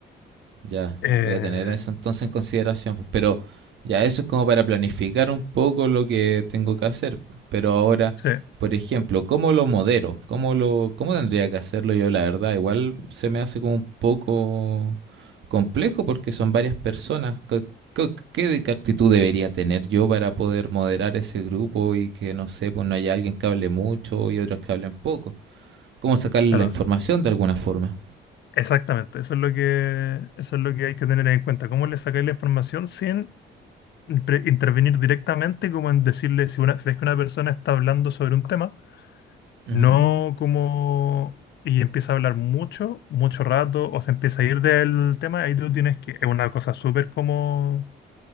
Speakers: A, on the right; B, on the left.
A: Ya,
B: Eh,
A: voy a tener eso entonces en consideración, pues, pero ya eso es como para planificar un poco lo que tengo que hacer. Pero ahora,
B: sí,
A: por ejemplo, ¿cómo lo modero? ¿Cómo lo, cómo tendría que hacerlo yo? La verdad, igual se me hace como un poco complejo porque son varias personas. ¿Qué, qué- qué de- qué actitud debería tener yo para poder moderar ese grupo y que, no sé, pues no haya alguien que hable mucho y otros que hablen poco? ¿Cómo sacarle
B: claro.
A: la información de alguna forma?
B: Exactamente, eso es lo que, eso es lo que hay que tener en cuenta. ¿Cómo le sacáis la información sin impre- intervenir directamente como en decirle, si una, si ves que una persona está hablando sobre un tema,
A: Ujú.
B: no como y empieza a hablar mucho, mucho rato, o se empieza a ir del tema, ahí tú tienes que, es una cosa súper como,